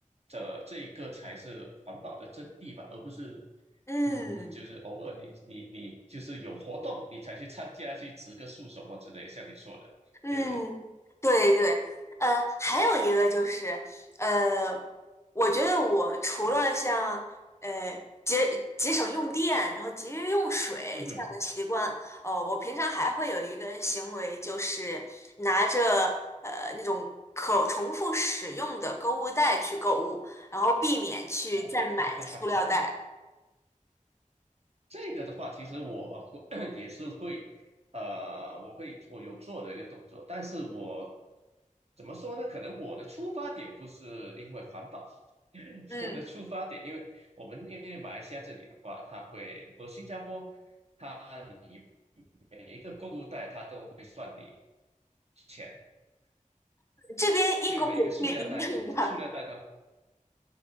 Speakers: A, on the right (about 50°); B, on the left (about 20°).
A: 这这个才是环保的真谛吧，而不是
B: 嗯
A: 嗯，嗯嗯就是偶尔你你你就是有活动，你才去参加去植个树什么之类，像你说的，
B: 嗯，
A: 对不对？
B: 对对，呃，还有一个就是，呃，我觉得我除了像呃节节省用电，然后节约用水这样的习惯，
A: 嗯哼，
B: 哦，我平常还会有一个行为，就是拿着呃那种可重复使用的购物袋去购物，然后避免去再买塑料袋。
A: <laughs> 这个的话，其实我 <coughs> <clears throat> 也是会，呃，我会我有做的一个动作，但是我怎么说呢？可能我的出发点不是因为环保，<laughs>
B: 嗯，
A: 我的出发点，因为我们因为马来西亚这里的话，它会和新加坡，它你每一个购物袋它都会算你钱，
B: 这边英国也是一样的。
A: 对于每一个塑料袋，你塑料袋它